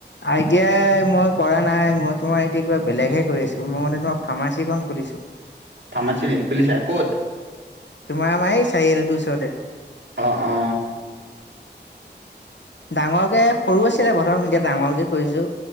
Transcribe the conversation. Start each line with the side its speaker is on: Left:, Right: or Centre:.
Left: এতিয়া মই কৰা নাই মই তোমাৰ এতিয়া কিবা বেলেগহে কৰি আছো মই ম ফাৰ্মাচিখন খুলিছো।
Right: ফাৰ্মাচী ন খুলিছা ক'ত?
Left: তোমাৰ আমাৰ চাৰিআলি তোৰ ওচৰতে।
Right: অ-অ,
Left: ডাঙৰকে সৰু আছিলে প্ৰথম এতিয়া ডাঙৰকে কৰিছো